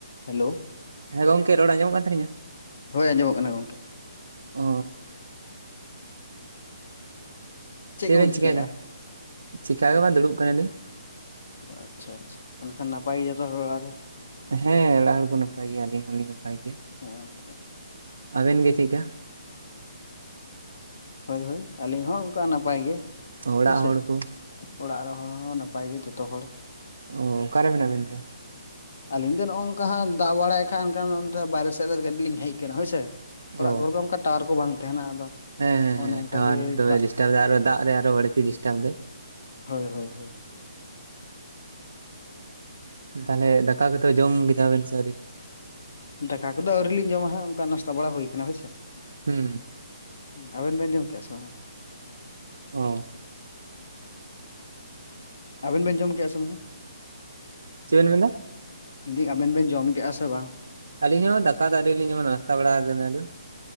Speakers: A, on the left; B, on the right.
A: Hello,
B: ᱦᱮᱸ ᱜᱚᱝᱠᱮ ᱨᱚᱲ ᱟᱸᱢᱚᱜ ᱠᱟᱱ ᱛᱟᱦᱞᱤᱧᱟ?
A: ᱦᱳᱭ ᱟᱸᱡᱚᱢᱚᱜ ᱠᱟᱱᱟ ᱜᱚᱝᱠᱮ᱾
B: ᱚ ᱪᱮᱫ
A: ᱠᱚᱵᱤᱱ
B: ᱵᱮᱱ
A: ᱪᱤᱠᱟᱹᱭᱮᱫᱼᱟ?
B: ᱪᱠᱟᱹᱭᱮᱫᱟ? ᱪᱮᱠᱟ ᱵᱟᱝ ᱫᱩᱲᱩᱵ ᱠᱟᱱᱟᱞᱤᱧ᱾
A: ᱟᱪᱪᱷᱟ ᱟᱪᱪᱷᱟ ᱮᱱᱠᱷᱟᱱ ᱱᱟᱯᱟᱭ ᱜᱮ ᱡᱚᱛᱚ ᱦᱚᱲ ᱚᱲᱟᱜ ᱨᱮ?
B: ᱦᱮᱸ ᱚᱲᱟᱜ ᱦᱚᱲ ᱠᱚ ᱱᱟᱯᱟᱭ ᱜᱮᱭᱟ, ᱟᱹᱞᱤᱧ ᱦᱚᱸᱞᱤᱧ ᱱᱟᱯᱟᱭ ᱜᱮᱭᱟ᱾
A: ᱟᱪᱪᱷᱟ,
B: ᱟᱵᱮᱱ ᱜᱮ ᱪᱮᱫᱠᱟ?
A: ᱦᱳᱭ ᱦᱳᱭ ᱟᱹᱞᱤᱧ ᱦᱚᱸ ᱚᱱᱠᱟ ᱱᱟᱯᱟᱭ ᱜᱮ᱾
B: ᱚᱲᱟᱜ
A: ᱦᱳᱭᱥᱮ
B: ᱦᱚᱲ ᱠᱚ?
A: ᱚᱲᱟᱜ ᱨᱮᱦᱚᱸ ᱦᱚᱸ ᱱᱟᱯᱟᱭ ᱜᱮ ᱡᱚᱛᱚ᱾ ᱦᱚᱲ᱾
B: ᱚ ᱚᱠᱟᱨᱮ ᱢᱮᱱᱟᱜ ᱵᱮᱱᱛᱮ?
A: ᱟᱹᱞᱤᱧ ᱫᱚ ᱱᱚᱜᱼᱚ ᱱᱚᱝᱠᱟ ᱦᱟᱜ ᱫᱟᱜ ᱵᱟᱲᱟᱭ ᱠᱷᱟᱱ ᱮᱱᱠᱷᱟᱱ ᱚᱱᱛᱮ ᱵᱟᱭᱨᱮ ᱥᱮᱫ ᱨᱮ ᱠᱟᱴᱤᱡ ᱞᱤᱧ ᱦᱮᱡ ᱟᱠᱟᱱᱟ᱾ ᱦᱳᱭᱥ ᱥᱮ ᱚᱲᱟᱜ
B: ᱚ
A: ᱠᱚᱨᱮ ᱫᱚ ᱚᱱᱠᱟ ᱴᱟᱣᱟᱨ ᱠᱚ ᱵᱟᱝ ᱛᱟᱦᱮᱱᱟ ᱟᱫᱚ᱾
B: ᱦᱮᱸ
A: ᱚᱱᱮ
B: ᱦᱮᱸ
A: ᱚᱱᱠᱟ
B: ᱴᱟᱣᱟᱨ
A: ᱜᱮ
B: ᱫᱚᱢᱮ
A: ᱫᱟᱜ
B: ᱰᱤᱥᱴᱟᱵ ᱮᱫᱟ ᱟᱨᱚ ᱫᱟᱜ ᱨᱮ ᱟᱨᱚ ᱵᱟᱹᱲᱛᱤ ᱰᱤᱥᱴᱟᱵ ᱮᱟᱭ᱾
A: ᱦᱳᱭ ᱦᱳᱭ ᱦᱳᱭ᱾
B: ᱛᱟᱦᱚᱞᱮ ᱫᱟᱠᱟ ᱠᱚᱛᱚ ᱡᱚᱢ ᱠᱮᱫᱟ ᱵᱮᱱ ᱥᱮ ᱟᱹᱨᱤ?
A: ᱫᱟᱠᱟ ᱠᱚᱫᱚ ᱟᱹᱣᱨᱤ ᱞᱤᱧ ᱡᱚᱢᱟ ᱦᱟᱸᱜ, ᱚᱱᱠᱟ ᱱᱟᱥᱛᱟ ᱵᱟᱲᱟ ᱦᱩᱭ ᱠᱟᱱᱟ ᱦᱳᱭᱥᱮ᱾
B: ᱦᱩᱸ
A: ᱟᱵᱮᱱ ᱵᱮᱱ ᱡᱚᱢ ᱠᱮᱫᱼᱟ ᱥᱮ ᱵᱟᱝ?
B: ᱚ
A: ᱟᱵᱮᱱ ᱵᱮᱱ ᱡᱚᱢ ᱠᱮᱣᱭᱟᱜᱼᱟ ᱥᱮ ᱵᱟᱝ?
B: ᱪᱮᱫᱵᱮᱱ ᱢᱮᱱᱫᱟ?
A: ᱢᱤᱫᱫᱟᱹᱧ ᱟᱵᱮᱱ ᱵᱮᱱ ᱡᱚᱢ ᱠᱮᱫᱼᱟ ᱥᱮ ᱵᱟᱝ?
B: ᱟᱹᱞᱤᱧ ᱦᱚᱸ ᱫᱟᱠᱟ ᱫᱚ ᱟᱣᱨᱤ ᱞᱤᱧ ᱡᱚᱢᱟ, ᱱᱟᱥᱛᱟ ᱵᱟᱲᱟ ᱟᱠᱟᱱᱟᱞᱤᱧ᱾